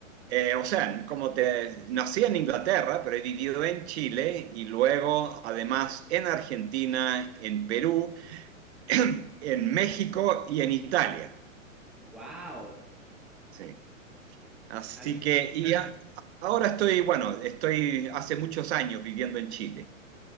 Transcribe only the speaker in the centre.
¡Wow!
Ha habido,